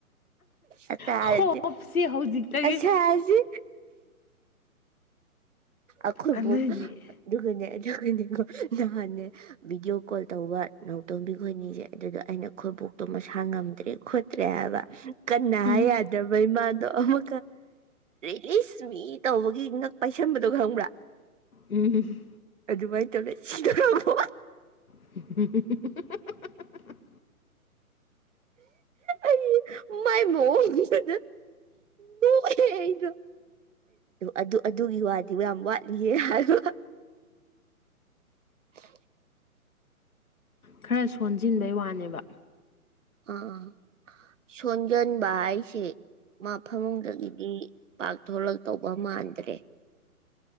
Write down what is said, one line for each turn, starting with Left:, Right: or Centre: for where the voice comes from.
Right: ꯑ
Left: ꯍꯣꯞꯁꯦ
Right: ꯍꯥꯏ
Left: ꯍꯧꯖꯤꯛꯇꯒꯤ
Right: ꯑꯁ ꯍꯥꯏꯁꯤ ꯑꯈꯣꯏꯕꯨ
Left: ꯑꯗꯨꯏꯗꯤ
Right: ꯑꯗꯨꯒꯒꯅꯦ ꯣ ꯅꯍꯥꯟꯅꯦ ꯚꯤꯗꯤꯑꯣ ꯀꯣꯜ ꯇꯧꯕ ꯅ ꯇꯧꯕꯤ ꯈꯣꯠꯕꯤꯁꯦ ꯑꯗꯨꯗꯣ ꯑꯩꯅ ꯈꯣꯏꯕꯣꯛꯇꯣ ꯃꯁꯥ ꯉꯝꯗ꯭ꯔꯦ ꯈꯣꯠꯇ꯭ꯔꯦ ꯍꯥꯏꯕ ꯀꯟꯅ
Left: ꯎꯝ
Right: ꯍꯥꯏ ꯌꯥꯗꯕ ꯏꯃꯗꯣ ꯑꯃ ꯔꯤꯁ ꯃꯤ ꯇꯧꯕꯒꯤ ꯉꯛ ꯄꯥꯏꯁꯕ ꯑꯗꯨꯒ ꯈꯪꯕ꯭ꯔꯥ
Left: ꯎꯝ
Right: ꯗꯨꯕꯥꯏ ꯆ ꯂꯩ ꯁꯤꯗꯕ
Left: ꯎ
Right: ꯑꯩ ꯃꯥꯏ ꯃꯑꯣꯡꯗꯨ ꯅꯣꯛꯑꯦ ꯑꯩꯅꯣ ꯑꯗꯨ ꯑꯗꯨꯒꯤ ꯋꯥꯗꯤ ꯌꯥꯝ ꯋꯥꯠꯂꯤꯌꯦ ꯍꯥꯏꯕ <inaudible>
Left: ꯈꯔ ꯁꯣꯟꯁꯤꯟꯕꯩ ꯋꯥꯅꯦꯕ
Right: ꯑꯥ ꯁꯣꯟꯖꯟꯕ ꯍꯥꯏꯁꯦ ꯃꯐꯝꯗꯒꯤꯗꯤ ꯄꯥꯛꯊꯂꯛꯛꯇꯧꯕ ꯃꯥꯟꯗ꯭ꯔꯦ